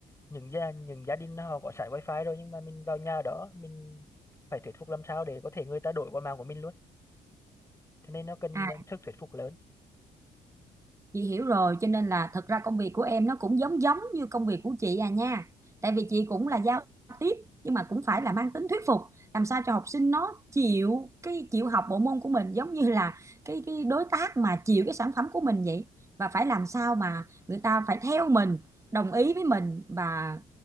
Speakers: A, on the left (about 15°); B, on the right (about 15°).
A: những gia những gia đình họ có sẵn wifi rồi nhưng mà mình vào nhà đó mình phải thuyết phục làm sao để có thể người ta đổi qua mạng của mình luôn cho nên nó cần
B: À,
A: sức thuyết phục lớn
B: Chị hiểu rồi, cho nên là thật ra công việc của em nó cũng giống giống như công việc của chị à nha. Tại vì chị cũng là giao tiếp nhưng mà cũng phải là mang tính thuyết phục, làm sao cho học sinh nó chịu cái chịu học bộ môn của mình giống như là cái cái đối tác mà chịu cái sản phẩm của mình vậy và phải làm sao mà người ta phải theo mình, đồng ý với mình và